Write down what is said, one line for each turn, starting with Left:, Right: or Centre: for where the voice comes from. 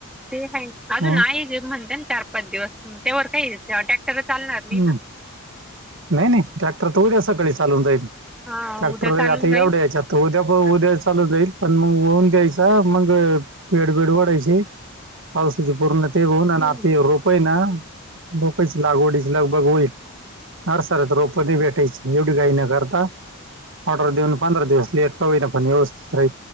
Centre: तेय अग
Right: हो
Centre: नाही ते म्हणत्यान चार पाच दिवस त्यावर काही टॅक्टर चालवायला मिळत
Right: हम्म. नाही नाही ट्रॅक्टर तर उद्या सकाळी चालून जाईल
Centre: हा
Right: ट्रॅक्टर
Centre: उद्या चालून
Right: आता एवढ्या
Centre: जाईल
Right: याच्यात उद्या उद्या चालू जाईल पण मग होऊन द्यायचा मग पेडबेड वाढायचे पावसाची पूर्ण ते होऊन आणि
Centre: हम्म
Right: आता हे रोपयेना लोकांची लागवडीची लगभग होईल हार सर तर रोप भेटायची एवढी काही न करता ऑर्डर देऊन पंधरा दिवस लेट का होईनापण व्यस्थित राही